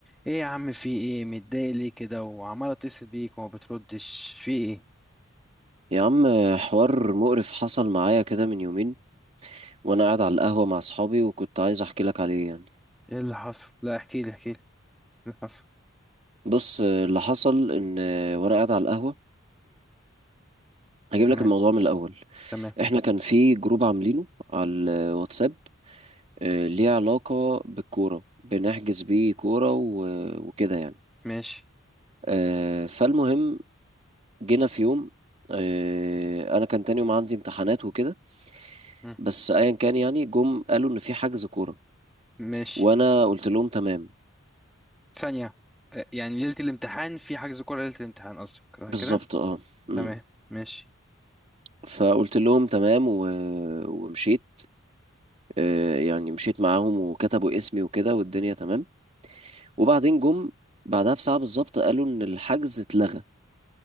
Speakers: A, in the centre; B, on the right.
A: ايه يا عم في ايه متضايق ليه كده وعمال اتصل بيك وما بتردش في ايه
B: يا عم حوار مقرف حصل معايا كده من يومين وانا قاعد على القهوة مع اصحابي وكنت عايز احكي لك عليه يعني
A: ايه اللي حصل لا احكي لي احكي لي ايه اللي حصل
B: بص اللي حصل ان وانا قاعد على القهوة هجيب
A: تمام
B: لك الموضوع من الاول
A: تمام
B: احنا كان في جروب عاملينه على الواتساب آه، ليه علاقة بالكورة بنحجز بيه كورة و- وكده يعني
A: ماشي
B: آه، فالمهم جينا في يوم آه، انا كان تاني يوم عندي امتحانات وكده
A: مم.
B: بس ايا كان يعني جم قالوا ان في حجز كورة
A: ماشي
B: وانا قلت لهم تمام
A: ثانية آه، يعني ليلة الامتحان في حجز كورة ليلة الامتحان قصدك آه،
B: بالظبط
A: كده
B: اه مم.
A: تمام ماشي
B: فقلت لهم تمام و... ومشيت آه، يعني مشيت معاهم وكتبوا اسمي وكده والدنيا تمام وبعدين جم بعدها بساعة بالظبط قالوا ان الحجز اتلغى